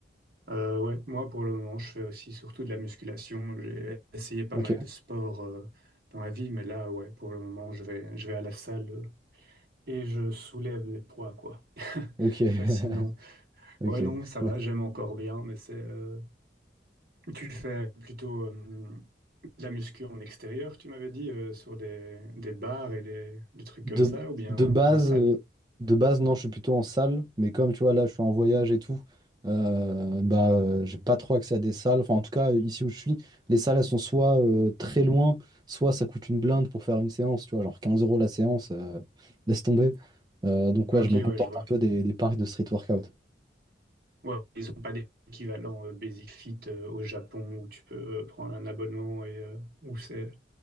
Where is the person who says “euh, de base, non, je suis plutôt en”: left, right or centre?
Right